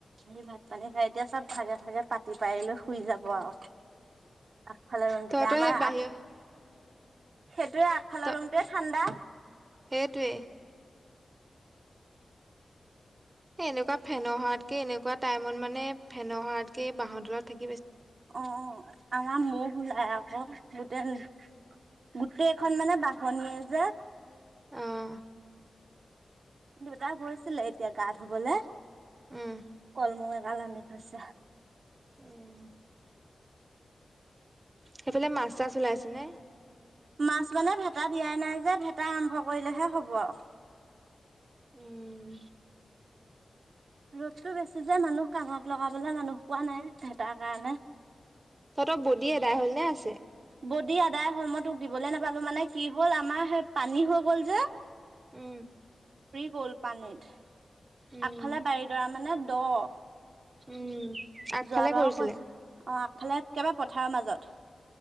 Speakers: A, on the right; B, on the right.
A: আহি ভাত পানী খাই এতিয়া চব ভাগে ভাগে পাতি পাৰিলৈ শুই যাব আও। আকফালে ৰুমটোতে
B: তহঁতৰ
A: আমাৰ
B: সেই বাহিৰ
A: আক। সেইটোৱে আগফালৰ
B: ত
A: ৰুমটোৱে ঠাণ্ডা।
B: সেইটোৱে। এনেকুৱা ফেনৰ হাৱাতকে এনেকুৱা টাইমত মানে ফেনৰ হৱাতকে বাহৰ তলত থাকে
A: অ অ আমাৰ ম ওলাই আও। গোটেই গোটেইখন মানে বাহনিয় যে।
B: আহ।
A: দেউতা গৈছিলে এতিয়া গা ধুবলে
B: উম
A: কলমৌ এগাল আনি থৈছে।
B: উম। সেইফালে মাছ চাছ ওলাইছেনে?
A: মাছ মানে ভেটা দিয়াই নাই যে ভেটা আৰম্ভ কৰিলেহে হ'ব আও।
B: উম
A: ৰ'দতটো বেছি যে মানুহ কামত লগাবলে মানুহ পোৱা নাই ভেতাৰ কাৰণে।
B: তহত বদি এদাই হল নে আছে?
A: বডি আদাই হ'ল। মই তোক দিবলে নেপালো, মানে কি হ'ল আমাৰ সেই পানী হৈ গ'ল যে।
B: উম।
A: বল পানীত
B: উম
A: আগফালে বাৰীডৰা মানে দহ।
B: উম আগফালে
A: যোৱাবাৰো
B: কৰিছিলে।
A: কৈছো অ আগফালে একবাৰে পথাৰৰ মাজত।